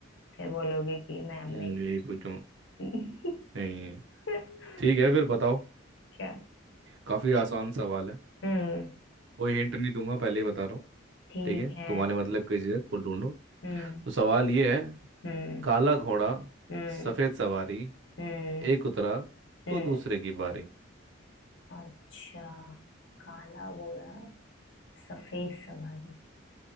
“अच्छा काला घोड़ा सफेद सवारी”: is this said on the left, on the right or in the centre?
Left